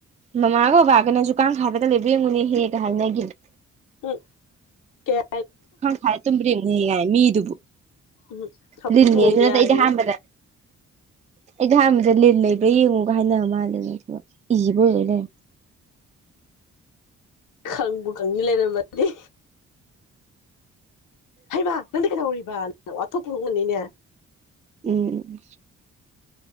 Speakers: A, on the right; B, on the left.
A: ꯃꯃꯥꯒ ꯕꯥꯒꯅꯁꯨ ꯀꯥꯡꯈꯥꯗꯒ ꯂꯩꯕꯔ ꯌ‌ꯦꯡꯉꯨꯅꯦꯍꯦ ꯍꯥꯏꯅꯈꯤꯕꯅ‌ꯦ
B: ꯎ ꯀꯌꯥ <unintelligible>
A: ꯀꯥꯡ ꯈꯥꯗ ꯇꯨꯝꯕ꯭ꯔꯥ ꯌ‌ꯦꯡꯉꯨꯅ‌ꯦ ꯃꯤꯗꯨꯕꯨ
B: ꯎꯝ ꯍꯧꯗꯣꯡꯅꯤ
A: ꯂꯤꯟꯅ‌ꯦꯖꯨ ꯅꯠꯇ‌ꯦ ꯅꯠꯇ
B: ꯍꯥꯏꯔꯤ
A: ꯑꯩꯗꯤ ꯑꯍꯥꯟꯕꯗ ꯑꯩꯗꯤ ꯑꯍꯥꯟꯕꯗ ꯂꯤꯟ ꯂꯩꯕ꯭ꯔꯥ ꯌꯦꯡꯉꯨꯒ ꯍꯥꯏꯅꯕ ꯃꯥꯜꯂꯦ ꯑꯗꯨꯒ ꯏꯕꯨ ꯑꫭꯏ‌ꯂꯩꯔꯝꯃꯤ
B: ꯈꯪꯕꯨ ꯈꯪꯅꯤ ꯂꯩꯔꯝꯃꯗꯤ ꯍꯩꯃ ꯅꯪꯗꯤ ꯀꯩꯗꯧꯔꯤꯕꯅ ꯋꯥꯊꯣꯛ ꯄꯨ ꯊꫭꯛꯑꯝꯒꯅꯤꯅꯦ
A: ꯎꯝ